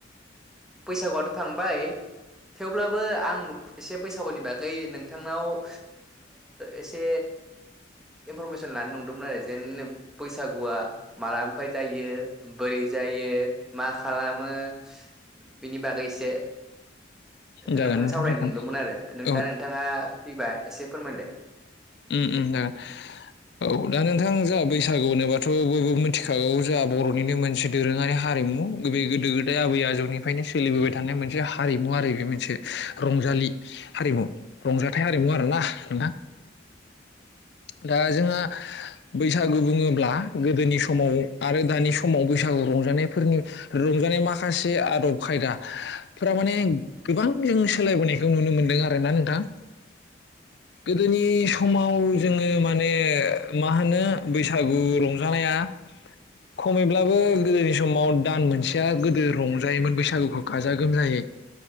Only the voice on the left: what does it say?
जागोन
नोंथां
जागोन
औ
उम-उम जागोन औ दा नोंथां बैसागु होनोबाथ' बयबो मिथिखागौ जोंहा बर'निनो मोनसे दोरोङारि हारिमु बे गोदो-गोदाय आबै आजौनिफ्रायनो सोलिबोबाय थानाय मोनसे हारिमु आरो बेबो मोनसे रंजालि हारिमु रंजाथाइ आरिमु आरोना नोंथां दा जोंहा बैसागु बुङोब्ला गोदोनि समाव आरो दानि समाव बैसा गु रंजानायफोरनि रंजानाय माखासे आदब खायदा फोरा माने गोबां जों सोलायबोनायखौ नुनो मोनदों आरोना नोंथां गोदोनि समाव जोङो माने मा होनो बैसागु रंजानाया खमैब्लाबो गोदोनि समाव दान मोनसेया गोदो रंजायोमोन बैसागुखौ गाजा-गोमजायै <unintelligible>